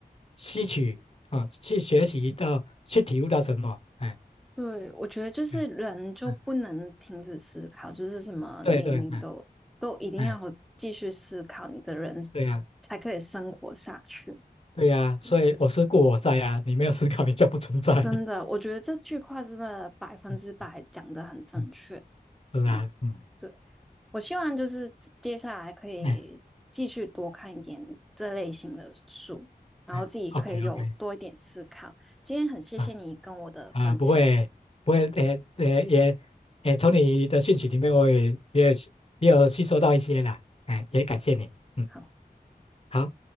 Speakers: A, on the left (about 40°); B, in the centre.
A: 吸取啊，去学习到，去体悟到什么，哎，
B: 对，我觉得就是人就不能停止思考，
A: 嗯嗯，
B: 就是什么年龄都都一定要继续思考，
A: 对对，哎哎，
B: 你的人
A: 对呀、
B: 才可以生活下去，
A: 对呀、
B: 对不对？
A: 所以我思故我在呀、你没有思考，你就不存在，
B: 真的，我觉得这句话真的百分之百讲的很正确。
A: <laughs> 嗯，是啊，
B: 嗯，
A: 嗯，
B: 对，我希望就是接下来可以继续多看一点这类型的书，
A: 哎
B: 然后自己可以有多一点思考。
A: 哎，OK OK，
B: 今天很谢谢你跟我的分享，
A: 啊。啊，不会，不会，呃呃也，也从你的讯息里面，我也也有也有吸收到一些啦，哎、也感谢你，嗯，
B: 好。
A: 好。